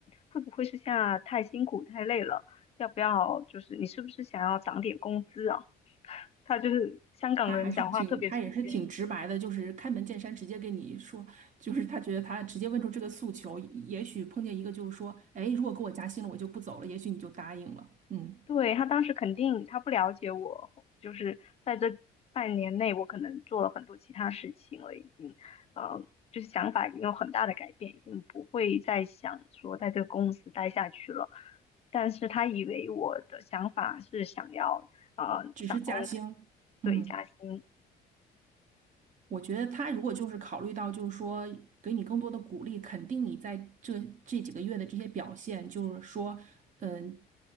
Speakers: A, on the left (about 35°); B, on the right (about 45°).
A: 会不会是现在太辛苦太累了？要不要就是你是不是想要涨点工资啊？他就是香港人讲话特别直接。
B: 他还是挺，他也是挺直白的，就是开门见山，直接跟你说，就是他觉得他直接问出这个诉求，也许碰见一个就是说，哎，如果给我加薪了，我就不走了，也许你就答应了，嗯，
A: 对，他当时肯定他不了解我，就是在这半年内，我可能做了很多其他事情了，已经，呃，就是想法已经有很大的改变，已经不会再想说在这个公司待下去了。但是他以为我的想法是想要呃涨工资，
B: 只是加薪，
A: 对，
B: 嗯。
A: 加薪。
B: 我觉得他如果就是考虑到，就是说给你更多的鼓励，肯定你在这这几个月的这些表现，就是说，嗯，